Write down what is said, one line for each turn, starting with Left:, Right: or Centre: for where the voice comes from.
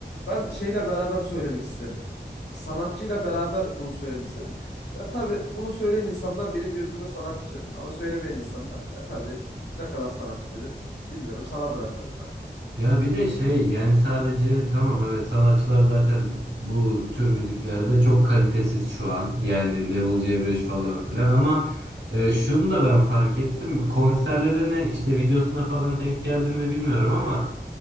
Left: ben şeyle beraber söylemek isterim. Sanatçıyla beraber bunu söylemek isterim. Ya tabii bunu söyleyen insanlar benim gözümde sanatçı ama söylemeyen insanlar ya tabii ne kadar sanatçı denir bilmiyorum sana bırakıyorum kanka.
Right: Ya bir de şey yani sadece tamam evet sanatçılar zaten bu tür müziklerde çok kalitesiz şu an. Yani Level c beş falan filan ama e, şunu da ben fark ettim. Konserlerine işte videosuna falan denk geldim mi bilmiyorum ama